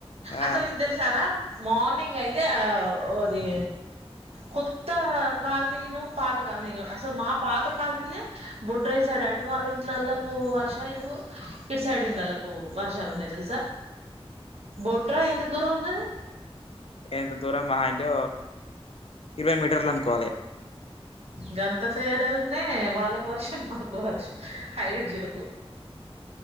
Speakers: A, on the left; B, on the right.
A: ఆ
B: అసలు తెలుసారా మార్నింగ్ అయితే ఆ ఓది కొత్త కాలనీను పాత కాలని అసలు మా పాత కాలనీనే బొడ్రై సైడ్ అటు వాళ్ళ ఇంట్లోళ్లకు వర్షాలు లేవు ఇటు సైడ్ ఇల్లలకు పోవు వర్షాలు న్నాయి తెలుసా బొడ్రా ఎంత దూరం ఉన్నది
A: ఎంత దూరమా అంటే ఇరవై మీటర్లనుకోవాలి
B: గంత తేడాలనే వాళ్ళకు వర్షం మాకు వర్షం హైలైట్ జో